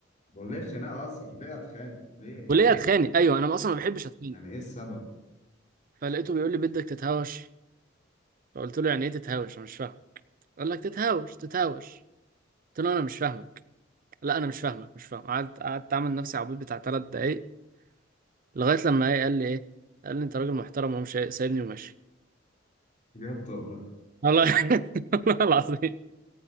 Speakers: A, on the left; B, on the right.
A: وليه خناقة اصلا ليه اتخانق ليه يعني
B: وليه اتخانق ايوه انا اصلا ما بحبش اتخانق
A: يعني ايه السبب
B: فلقيته بيقول لي بدك تتهاوش فقلت له يعني ايه تتهاوش انا مش فاهم قال لك تتهاوش تتهاوش قلت له انا مش فاهمك لا انا مش فاهمك مش فاهم قعدت قعدت اعمل نفسي عبيط بتاع ثلاث دقايق لغايه لما ايه قال لي ايه قال لي انت راجل محترم ومش سايبني وماشي
A: بجد والله
B: والله <laughs> والله العظيم